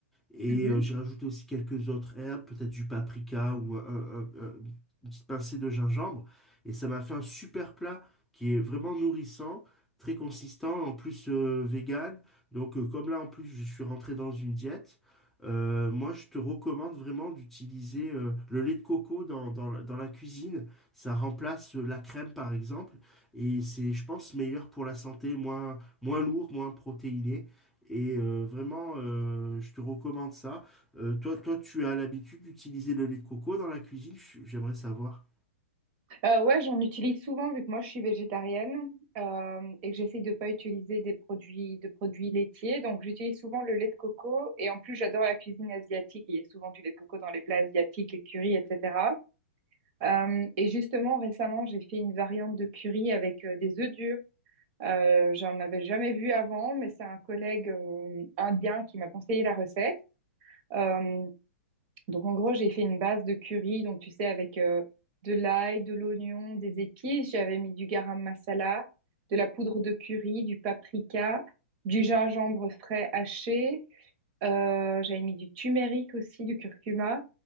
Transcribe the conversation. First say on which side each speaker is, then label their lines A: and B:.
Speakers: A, in the centre; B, on the right.
A: Et
B: Mhm.
A: euh, j'ai rajouté aussi quelques autres herbes, peut-être du paprika ou un- un- un- une petite pincée de gingembre. Et ça m'a fait un super plat qui est vraiment nourrissant, très consistant, en plus euh, vegan. Donc euh, comme là en plus je suis rentré dans une diète, euh, moi je te recommande vraiment d'utiliser euh, le lait de coco dans, dans la, dans la cuisine. Ça remplace euh, la crème par exemple. Et c'est je pense meilleur pour la santé, moins, moins lourd, moins protéiné. Et euh, vraiment, euh, je te recommande ça. Euh, toi, toi, tu as l'habitude d'utiliser le lait de coco dans la cuisine, je- j'aimerais savoir.
B: Euh, ouais, j'en utilise souvent vu que moi je suis végétarienne euh, et que j'essaye de pas utiliser des produits de produits laitiers. Donc j'utilise souvent le lait de coco et en plus j'adore la cuisine asiatique. Il y a souvent du lait de coco dans les plats asiatiques, les currys, etc. Euh, et justement récemment j'ai fait une variante de curry avec euh, des œufs durs. Euh, j'en avais jamais vu avant, mais c'est un collègue euh, indien qui m'a conseillé la recette. Euh, Donc, en gros, j'ai fait une base de curry, donc tu sais, avec euh, de l'ail, de l'oignon, des épices. J'avais mis du garam masala, de la poudre de curry, du paprika, du gingembre frais haché. Euh, j'avais mis du turmeric aussi, du curcuma.